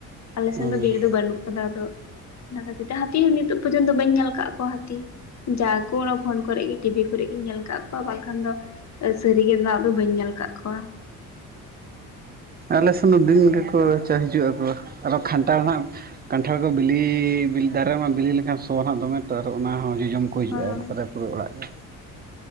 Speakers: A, on the left; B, on the right.
A: ᱟᱞᱮ
B: ᱦᱚᱸ
A: ᱥᱮᱱ ᱫᱚ ᱵᱤᱲ ᱫᱚ ᱵᱟᱹᱱᱩᱜ ᱠᱟᱫᱟ ᱟᱫᱚ ᱚᱱᱟ ᱠᱷᱟᱹᱛᱤᱨ ᱛᱮ ᱦᱟᱹᱛᱤ ᱦᱚᱸ ᱱᱤᱛᱚᱜ ᱯᱚᱨᱡᱚᱱᱛᱚ ᱵᱟᱹᱧ ᱧᱮᱞ ᱠᱟᱜ ᱠᱚᱣᱟ ᱦᱟᱹᱛᱤ ᱡᱟ ᱠᱚ ᱚᱱᱟ ᱯᱷᱳᱱ ᱠᱚᱨᱮᱜ ᱜᱤ ᱴᱤᱵᱷᱤ ᱠᱚᱨᱮᱜ ᱜᱤ ᱧᱮᱞ ᱠᱟᱜ ᱠᱚᱣᱟ ᱵᱟᱝᱠᱷᱟᱱ ᱫᱚ ᱥᱟᱹᱨᱤᱜᱮ ᱱᱟᱜ ᱫᱚ ᱵᱟᱹᱧ ᱧᱮᱞ ᱠᱟᱜ ᱠᱚᱣᱟ ᱾
B: ᱟᱞᱮᱥᱮᱱ ᱦᱚᱸ ᱫᱤᱱ ᱜᱮᱠᱚ ᱪᱟ ᱦᱤᱡᱩᱜ ᱟᱠᱚ ᱟᱨᱚ ᱠᱷᱟᱱᱴᱟᱲ ᱠᱟᱱᱴᱷᱟᱲ ᱠᱚ ᱵᱤᱞᱤᱼᱞᱤᱞ ᱫᱟᱨᱮᱢᱟ ᱵᱤᱞᱤ ᱞᱮᱠᱷᱟᱱ ᱥᱚᱭᱟ ᱦᱸᱟᱜ ᱫᱚᱢᱮ ᱛᱚ ᱟᱨ ᱦᱚᱸ ᱚᱱᱟ ᱦᱚᱸ ᱡᱚᱡᱚᱢ ᱠᱚ ᱠᱚ ᱦᱤᱡᱩᱜᱼᱟ
A: ᱦᱳᱭ
B: ᱮᱠᱵᱟᱨᱮ ᱯᱩᱨᱟᱹ ᱚᱲᱟᱜ ᱨᱮ